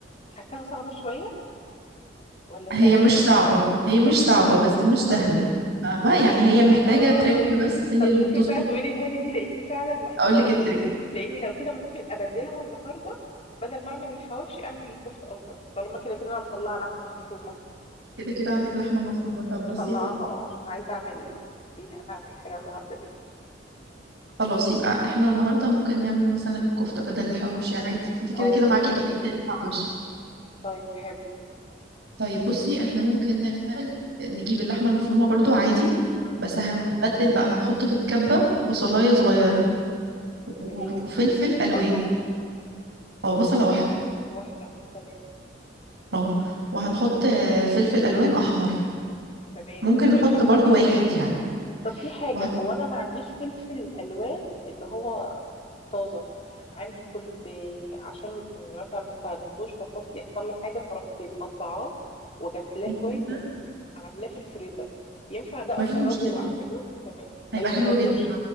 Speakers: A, on the left (about 35°); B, on the right (about 80°).
A: حاساها صعبة شوية ولا سهلة
B: هي مش
A: ولا
B: صعبه
A: إيه؟
B: هي مش
A: طب قولي
B: صعبه
A: لي
B: بس مش سهله
A: اه
B: فاهمه يعني هي محتاجه
A: اه
B: تريك بس هي
A: طب ممكن
B: اللي بتظبط
A: بقى تقولي لي دي لاني فعلا محتاجاها
B: اقول لك التريك
A: لاني لو كده ممكن ابدلها النهارده بدل ما اعمل الحواوشي اعمل الكفته افضل طالما كده كده انا مطلعه لحمه مفرومه
B: كده كده عندك لحمه مفرومه طب
A: مطلعاها
B: بصي يا ستي
A: اه عشان عايزه اعمل بيها اعمل حاجه النهارده بيها
B: خلاص يبقى احنا النهارده ممكن نعمل مثلا الكفته بدل الحواوشي عادي انت كده
A: اه
B: كده معاكي
A: ماشي
B: طريقه الحواوشي
A: طيب حلو
B: طيب بصي احنا ممكن نعمل نجيب اللحمه المفرومه برضو عادي
A: امم
B: بس هنبدل بقى هنحط في الكبه بصلايه صغيره وفلفل
A: تمام
B: الوان
A: بصله
B: او بصله واحده
A: واحده تمام
B: اه وهنحط
A: مم.
B: آه، فلفل الوان احمر
A: تمام
B: ممكن
A: ماشي
B: نحط برضو واحد يعني
A: طب في حاجه
B: وهحط
A: هو انا ما عنديش فلفل الوان اللي هو طازة عندي كنت عشان يعني مثلا ما استخدمتهوش فخفت يحصل له حاجة فرحت مقطعاه وغسلاه
B: في
A: كويس
B: الفريزر.
A: ورحت عاملاه في الفريزر ينفع ده
B: مفيش
A: أخرجه
B: مشكله
A: وأعمله تمام ما,
B: هيبقى
A: ي...
B: حلو
A: ما يكونش
B: جدا